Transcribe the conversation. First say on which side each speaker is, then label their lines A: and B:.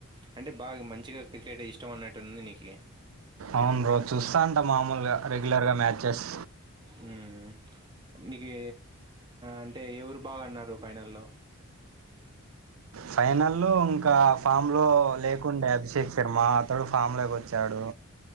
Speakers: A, on the right; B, on the right.
A: అంటే బాగా మంచిగా క్రికెట్ ఇష్టం అన్నట్టు ఉంది నీకి
B: అవును రోజు చూస్తా అంట మామూలుగా రెగ్యులర్ గా మ్యాచెస్
A: ఉ నీకు అంటే ఎవరు బాగా ఆడినారు ఫైనల్లో
B: ఫైనల్ల్లో ఇంకా ఫామ్ లో లేకుండే అభిషేక్ శర్మ అతడు ఫామ్ లోకి వచ్చాడు